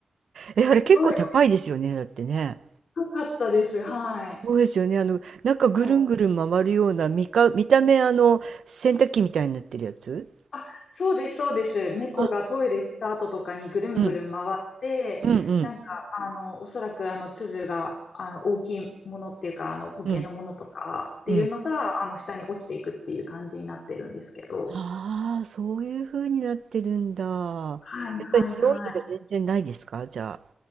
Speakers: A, on the right; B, on the left.
A: え、あれ結構高いですよね。
B: すごい
A: だってね。
B: 良かったです。はい。
A: そうですよね。あの、なんかぐるんぐるん回るような、
B: はい。
A: 見か、見た目あの、洗濯機みたいになってるやつ
B: あ、そうです、そうです。猫がトイレ行った後とかにぐるんぐるん回って、
A: あ、うん。うんうん。
B: なんか、あの、おそらく、あの、粒が、あの、大きいものっていうか、あの、固形のものとかっていうのが、
A: うん。うん。
B: あの、下に落ちていくっていう感じになってるんですけど。
A: ああ、そういう風になってるんだ。やっぱり匂いとか全然ないですか？
B: はい、はい、はい。
A: じゃあ。